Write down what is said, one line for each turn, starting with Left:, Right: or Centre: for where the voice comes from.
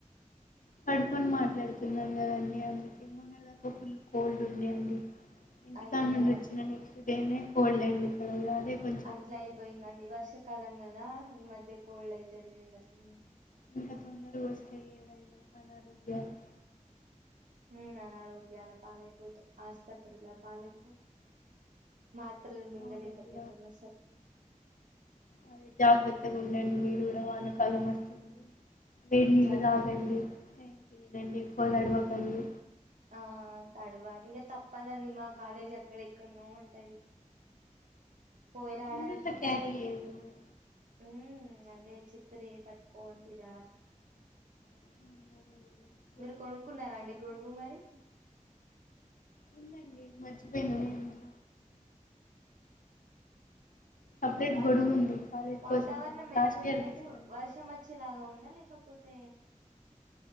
Left: పడుకొని మాట్లాడుతున్నాను కదండి అందుకే <unintelligible> కోల్డ్ ఉండే అడి ఇంటికా
Right: అయ్యో
Left: నుండి వచ్చిన నెక్స్ట్ డేనే కోల్డ్ అయింది ఇక్కడ అదే కొంచెం
Right: అట్లా
Left: తగ్గట్లేదు
Right: అయిపోయిందండి వర్షాకాలం కదా ఈ మధ్య కోల్డ్ అవుతుంది అట్లానే
Left: ఇంకా తొందరగా వస్తే ఏవైనా అనారోగ్యాలు
Right: ఉమ్ అనారోగ్యలా పాాలైపోతం ఆస్పత్రుల పాలైతం మాత్రలు మింగలేక
Left: అవునండి
Right: పోతం అసలు
Left: అ జాగ్రత్తగా ఉండండి మీరు కూడా వానకాలం వస్తుంది వేడి నీళ్ళు
Right: జాగ్రత్త
Left: తాగండి టైంకి తినండి ఎక్కువడవకండి
Right: ఆ తడవాల ఇక తప్పదండి మా కాలేజ్ ఎక్కడెక్కడనో ఉంటది పోయి రాడానికితడస్
Left: అంబ్రెల్లా క్యారీ చేయండి మరి
Right: ఉ అదే చత్రి పట్టుకోనికి రారు
Left: ఉమ్, అదే అండి గొడుగు
Right: మీరు కొనుక్కున్నారా
Left: తీసుకోవడం
Right: అండి
Left: వల్ల
Right: గొడుగు మరి
Left: ఉందండి మర్చిపోయినన్నా <inaudible>
Right: <inaudible>
Left: సపరేట్
Right: వా
Left: గొడుగు ఉంది కాలేజ్
Right: వాతావరణం
Left: కోసం అని లాస్ట్
Right: ఎట్లుండి
Left: ఇయర్
Right: అని
Left: తీసుకున్నా
Right: వర్షం వచ్చేలాగా ఉందా లేకపోతే